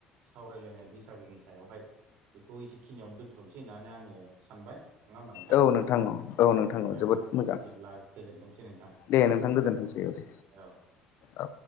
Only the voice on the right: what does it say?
सावरायलायनाय बैसागुनि सायावहाय बेखौ एसेखिनियावनो दोनथ'नोसै होननानै आङो सानबाय नङा होमबा
औ
बिदिब्ला गोजोनथोंसै नोंथां
औ